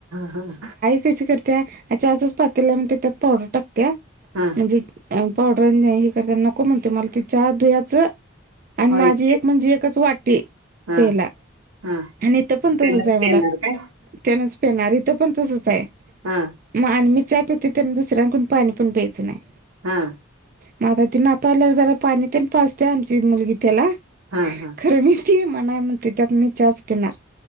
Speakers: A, on the right; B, on the right.
A: ह
B: तेच करते चहाच्या पातेल्यात पावडर टाकते
A: हम्
B: म्हणजे पावडर हे करताना नको म्हणते मला ते चहा द्यायचं आणि
A: होयच
B: माझी
A: की
B: एक म्हणजे एकच वाटी
A: हा
B: पेला आणि
A: हा
B: इथं पण
A: त्यालाच
B: तसच आहे मला
A: देणार काय
B: त्यानच पेणार इथं पण तसच आहे.
A: हा
B: मग आणि मी चहा पिते त्यांना दुसऱ्यां कोण पाणी पण प्यायचं नाही.
A: हा
B: म आता ती नातव आल्यावर जरा पाणी ते पाचते आमची मुलगी त्याला.
A: हा हा
B: खरं मी ती मणाय म्हणते त्यात मी चहाच पिणार